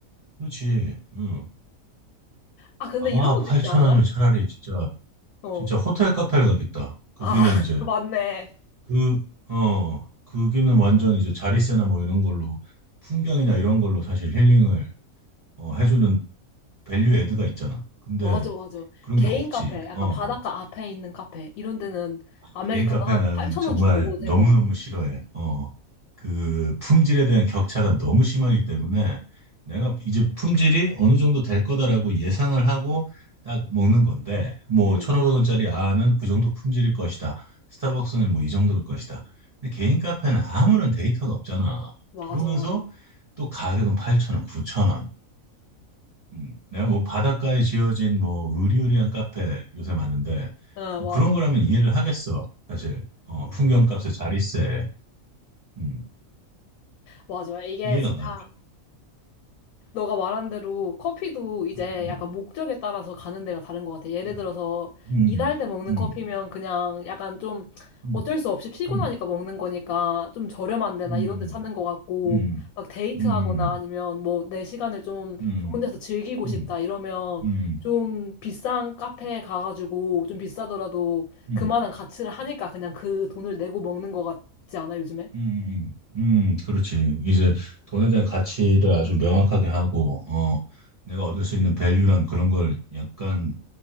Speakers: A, on the right; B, on the left.
A: 그렇지, 응.
B: 아, 근데
A: 아,
B: 이런 것도
A: 8천
B: 있지 않아?
A: 원이면 차라리 진짜,
B: 어.
A: 진짜 호텔 카페를 가겠다. 거기는
B: 아,
A: 이제
B: <laughs> 맞네.
A: 그, 어, 거기는 완전 이제 자리세나 뭐 이런 걸로 풍경이나 이런 걸로 사실 힐링을 어, 해주는 밸류 애드가 있잖아. 근데
B: 맞아, 맞아.
A: 그런
B: 개인
A: 게 없지.
B: 카페, 약간
A: 어,
B: 바닷가 앞에 있는 카페, 이런 데는 아메리카노
A: 개인 카페
B: 한
A: 는
B: 8천
A: 정말
B: 원 주고 먹어도
A: 너무너무
B: 될 것 같아.
A: 싫어해. 어, 그 품질에 대한 격차가 너무 심하기 때문에 내가 이제 품질이 어느 정도 될 거다라고 예상을 하고 딱 먹는 건데 뭐
B: 응,
A: 1,500원짜리 아는 그 정도 품질일 것이다. 스타벅스는 뭐 이 정도일 것이다. 근데 개인 카페는 아무런 데이터가 없잖아.
B: 맞아,
A: 그러면서
B: 맞아.
A: 또 가격은 8,000원, 9,000원. 음, 내가 뭐 바닷가에 지어진 뭐 으리으리한 카페 요새 많은데
B: 응,
A: 뭐
B: 맞아,
A: 그런
B: 맞아.
A: 거라면 이해를 하겠어. 사실 어, 풍경값에 자릿세 음,
B: 맞아요. 이게
A: 이해가
B: 진짜
A: 안 가더라고.
B: 너가 말한 대로 커피도 이제
A: 음,
B: 약간 목적에 따라서 가는 데가 다른 것 같아. 예를
A: 음,
B: 들어서
A: 음,
B: 일할 때 먹는
A: 음,
B: 커피면 그냥 약간 좀
A: 음,
B: 어쩔 수 없이 피곤하니까
A: 음,
B: 먹는 거니까 좀 저렴한 데나
A: 음,
B: 이런 데 찾는 것 같고
A: 음,
B: 막 데이트하거나
A: 음, 음,
B: 아니면 뭐 내 시간을 좀
A: 음,
B: 좋은 데서 즐기고
A: 음,
B: 싶다 이러면
A: 음, 음,
B: 좀 비싼 카페에 가가지고 좀 비싸더라도
A: 음,
B: 그만한 가치를 하니까 그냥 그 돈을 내고 먹는 것 같지 않아, 요즘에?
A: 음, 음, 음, 그렇지. 이제 돈에 대한 가치를 아주 명확하게 하고 어, 내가 얻을 수 있는 밸류란 그런 걸 약간